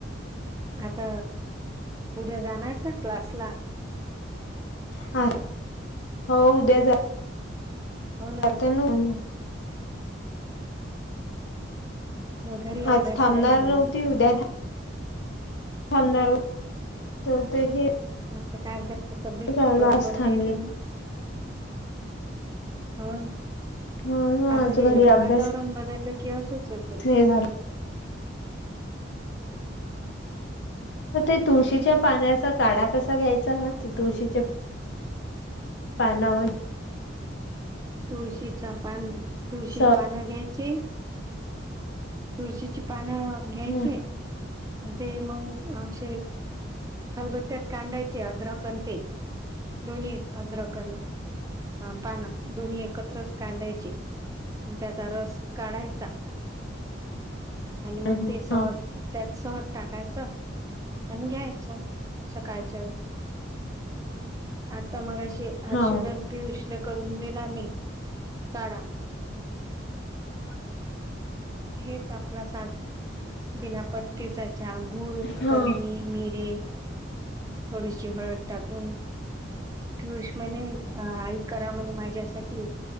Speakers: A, on the right; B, on the left.
A: आता उद्या जाणार का क्लासला
B: हा हो उद्या जा
A: हो ना
B: पतण <unintelligible>
A: घरी अभ्यास
B: आज थांबणार
A: नाही होवून
B: नव्हती उद्या थांबणार तर ते हे
A: आता कागदच तब्येत
B: झालं
A: बरोबर
B: आज थांबली
A: नाही तर मग हो
B: ह
A: आता
B: आज
A: हे
B: घरी अभ्यास
A: वातावरण बदललं की असंच होतं.
B: नाही झाला ते तुळशीच्या पाण्याचा काढा कसा घ्यायचा का ते तुळशीचे पानावर
A: तुळशीच पान तुळशी
B: स
A: पानं घ्यायची तुळशीची पानं घ्यायचे
B: हम्म
A: आणि ते मग असे खलबत्त्यात कांडायचे अर्द्रक अन ते दोन्ही अद्रक अन हा पान दोन्ही एकत्र रस कांडायची त्याचा रस काढायचा आणि
B: हम्म
A: मग ते सह
B: हा
A: सहट टाकायचं आणि घ्यायचं सकाळच्या वेळेस. आता मगाशी ते हर्षुला
B: हा
A: पियूषला करून दिला मी काढा.
B: ह <inaudible>
A: हेच आपला साधा बिना पट्टीचा जागुळ
B: हो
A: कलमी मिरे थोडीशी हळद टाकून पियूष म्हणे आई करा म्हणे माझ्यासाठी